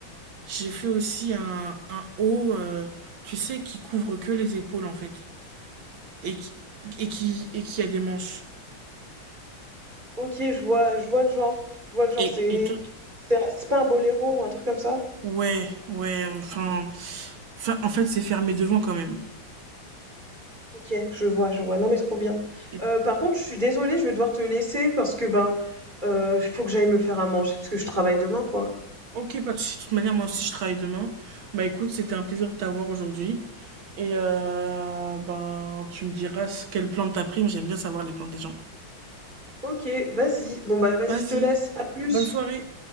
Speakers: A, on the right (about 80°); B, on the right (about 25°).
A: J'ai fait aussi un, un haut, euh, tu sais, qui couvre que les épaules en fait. Et qui, et qui, et qui a des manches.
B: Ok, je vois, je vois le genre. Je vois le genre,
A: Et,
B: c'est
A: et tout.
B: c'est un- c'est pas un boléro ou un truc comme ça?
A: Ouais, ouais, enfin. enfin, en fait, c'est fermé devant quand même.
B: Ok, je vois, je vois. Non mais trop bien.
A: Et-
B: Euh, par contre, je suis désolée, je vais devoir te laisser parce que ben, euh, il faut que j'aille me faire à manger parce que je travaille demain, quoi.
A: ok, pas de souci. De toute manière, moi aussi, je travaille demain. Bah écoute, c'était un plaisir de t'avoir aujourd'hui. Et euh, ben, tu me diras ce- quelle plante t'as pris, mais j'aime bien savoir les plantes des gens.
B: Ok, vas-y. Bon bah vas-y,
A: Vas-y,
B: je te laisse. À plus.
A: bonne soirée.